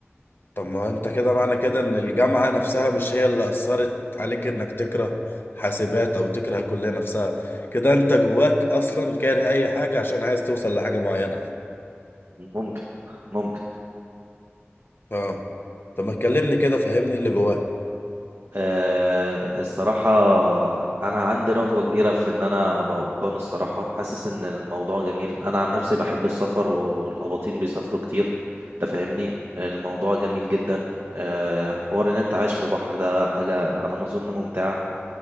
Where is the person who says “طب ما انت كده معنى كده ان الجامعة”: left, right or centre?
Left